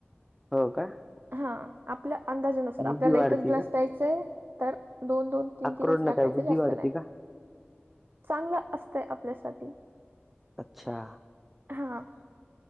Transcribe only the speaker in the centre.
हो काय?
बुद्धी
वाढती
का
अक्रोड
न काय बुद्धी
वाढती
का
अच्छा.